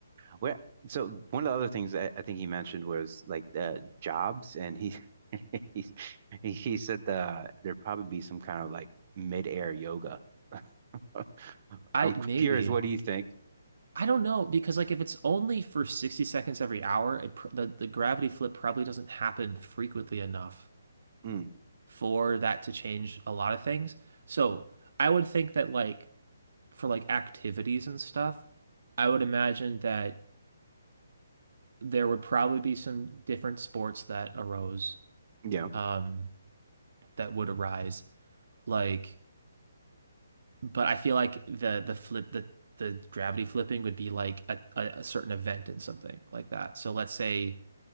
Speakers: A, on the right (about 35°); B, on the right (about 50°).
A: where, so one of the other things I, I think he mentioned was like uh, jobs, and he, <laughs> he he said the there'd probably be some kind of like mid-air yoga. <laughs>
B: I
A: I'm
B: maybe
A: curious, what do you think?
B: I don't know because like if it's only for 60 seconds every hour, it pr the the gravity flip probably doesn't happen frequently enough
A: Mm,
B: for that to change a lot of things. So, I would think that like for like activities and stuff, I would imagine that there would probably be some different sports that arose
A: yeah.
B: um that would arise like but I feel like the the flip the the gravity flipping would be like a, a, a certain event and something like that. So let's say